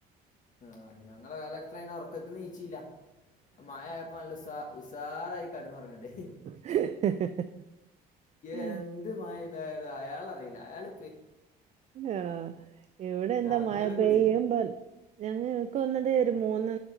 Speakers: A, on the left; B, on the right.
A: ആ, ഞങ്ങളെ കലക്ടർ അയിന് ഉറക്കത്തിന്ന് നീച്ചില്ല മഴ ആയപ്പോ നല്ല ഉസാ ഉസാറായി കെടന്നുറങ്ങണ്ടേ
B: <inaudible> ആ.
A: എന്തു മഴ പെയ്താലും അയാൾ അറിയില്ല അയാള്
B: ആ ഇവിടെ എന്താ
A: ഞങ്ങള്
B: മഴ പെയ്യുമ്പോ
A: കുടുങ്ങി
B: ഞങ്ങ ക്ക് തോന്നത് ഒരു മൂന്ന്